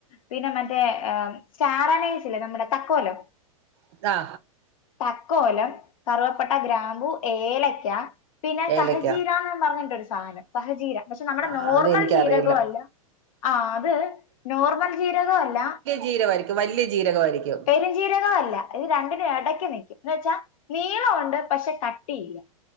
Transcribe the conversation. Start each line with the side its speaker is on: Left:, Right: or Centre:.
Left: പിന്നെ മറ്റേ സ്റ്റാറാനേച്ചില്ലേ നമ്മുടെ തക്കോലം
Right: ഇത്താ
Left: തക്കോലം, കറുവപ്പട്ട, ഗ്രാമ്പൂ ഏലക്ക പിന്നെ
Right: ഏലക്ക
Left: സഹജീര ന്നും പറഞ്ഞിട്ടൊരു സാനം സഹജീര പക്ഷെ നമ്മുടെ
Right: ആ
Left: നോർമൽ
Right: അതെനിക്കറിയില്ല
Left: ജീരകോ അല്ല ആ അത് നോർമൽ ജീരകോ അല്ല
Right: ജീരകവായിരിക്കും വല്ല്യ ജീരകവായിരിക്കും
Left: പെരും ജീരകോ അല്ല ഇത് രണ്ടിനും എടയ്ക്ക് നിയ്ക്കും എന്ന് വെച്ചാ നീളോണ്ട് പക്ഷെ കട്ടിയില്ല